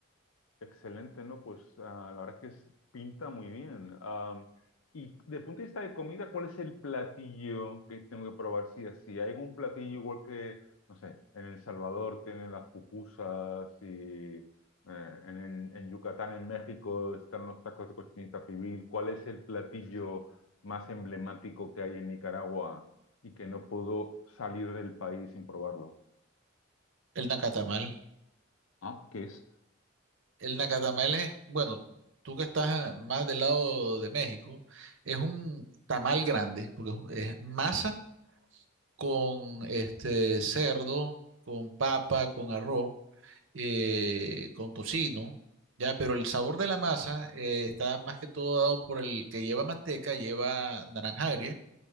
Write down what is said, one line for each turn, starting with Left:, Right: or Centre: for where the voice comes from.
Left: Excelente, ¿no? Pues ah, la verdad que es- pinta muy bien. Am, y de punto de vista de comida, ¿cuál es el platillo que tengo que probar? Sí, así. ¿Hay algún platillo igual que, no sé, en El Salvador tienen las pupusas y eh, en, en- en Yucatán, en México, están los tacos de cochinita pibil? ¿Cuál es el platillo más emblemático que hay en Nicaragua y que no puedo salir del país sin probarlo?
Right: El Nacatamal.
Left: Ah, ¿qué es?
Right: El nacatamal es, bueno, tú que estás más del lado de México, es un tamal grande, porque es, un- es masa con este cerdo, con papa, con arroz, eh, con tocino, ya, pero el sabor de la masa eh, está más que todo dado por el que lleva manteca, lleva naranja agria,